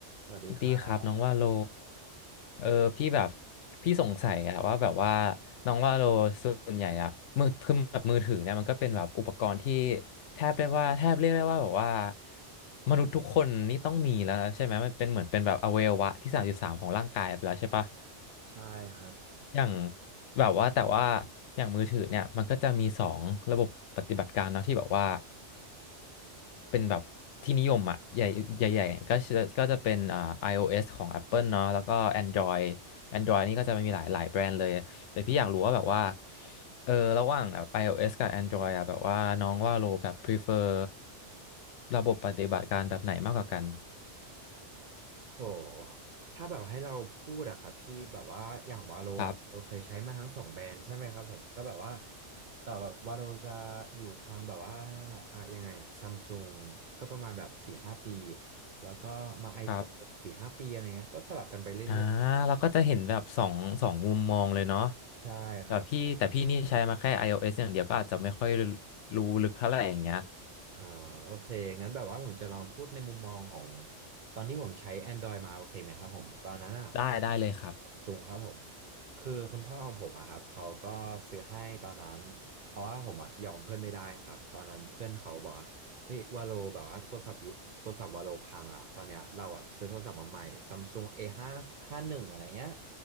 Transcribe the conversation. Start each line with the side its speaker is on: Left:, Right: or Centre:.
Right: สวัสดีครับ
Left: ดีครับน้องว่าโลเออพี่แบบพี่สงสัยอะว่าแบบว่าน้องว่าโลส่วนใหญ่อะมือคือแบบมือถือเนี่ยมันก็เป็นแบบอุปกรณ์ที่แทบได้ว่าแทบเรียกได้ว่าแบบว่ามนุษย์ทุกคนนี่ต้องมีแล้วใช่ไหมมันเป็นเหมือนเป็นแบบอวัยวะที่สามสิบสามของร่างกายไปแล้วใช่ปะ
Right: ใช่ครับ
Left: อย่างแบบว่าแต่ว่าอย่างมือถือเนี่ยมันก็จะมีสองระบบปฏิบัติการเนาะที่แบบว่า เป็นแบบที่นิยมอ่ะใหญ่ใหญ่ๆก็จะก็จะเป็นอ่า iOS ของ Apple เนาะแล้วก็ Android Android นี่ก็จะมีหลายหลายแบรนด์เลยแต่พี่อยากรู้ว่าแบบว่าเออระหว่างแบบ iOS กับ Android อ่ะแบบว่าน้องว่าโลแบบ prefer ระบบปฏิบัติการแบบไหนมากกว่ากัน
Right: โหถ้าแบบให้เราพูดอะครับพี่แบบว่าอย่างวาโลอะเราเคยใช้มาทั้งสองแบรนด์ใช่ไหมครับผมก็แบบว่า
Left: ครับ
Right: แต่แบบวาโลจะอยู่ทางแบบว่าอะยังไงอะซัมซุงก็ประมาณแบบสี่ห้าปีแล้วก็มา iPhone
Left: ครับ
Right: สี่ห้าปีอะไรเงี้ยก็สลับกันไปเรื่อยๆครับ
Left: อ่าเราก็จะเห็นแบบสองสองมุมมองเลยเนาะ
Right: ใช่ครับ
Left: แต่พี่แต่พี่นี่ใช้มาแค่ iOS อย่างเดียวก็อาจจะไม่ค่อยรู้ลึกเท่าไหร่อย่างเงี้ย
Right: อ่าโอเคงั้นแบบว่าผมจะลองพูดในมุมมองของตอนที่ผมใช้ Android มาโอเคไหมครับผมตอนนั้นอ่ะผม
Left: ได้ได้เลยครับ
Right: ผมซุงครับผมคือคุณพ่อของผมอะครับเขาก็ซื้อให้ตอนนั้นเพราะว่าผมอะยอมเพื่อนไม่ได้ครับตอนนั้นเพื่อนเขาบอกว่าเฮ้ยวาโลแบบว่าโทรศัพท์ยุโทรศัพท์วาโลพังอ่ะตอนเนี้ยเราอ่ะซื้อโทรศัพท์มาใหม่ซัมซุง A5 51อดอะไรเงี้ย